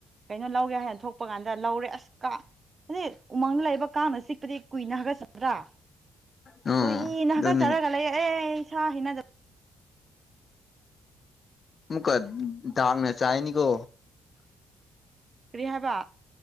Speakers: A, on the right; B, on the left.
A: ꯀꯩꯅꯣ ꯂꯧꯒꯦ ꯍꯥꯏꯅ ꯊꯣꯛ ꯆꯄ ꯀꯥꯟꯗ ꯂꯧꯔꯦ ꯑꯁ ꯀꯥ ꯑꯗꯩ ꯎꯃꯪ ꯂꯩꯕ ꯀꯥꯡꯅ ꯆꯤꯛꯄꯗꯤ ꯀꯨꯏꯅ ꯍꯥꯏꯒꯠ ꯕ꯭ꯔꯥ
B: ꯎꯝ
A: ꯀꯨꯏꯅ
B: ꯑꯗꯨꯅꯤ
A: ꯍꯥꯒꯠꯆꯔꯒ ꯂꯩꯑꯦ ꯏꯁꯥ ꯍꯅꯗꯕ
B: ꯑꯃꯨꯛꯀ ꯗꯥꯛꯅ ꯆꯥꯏꯅꯤꯀꯣ
A: ꯀꯔꯤ ꯍꯥꯏꯕ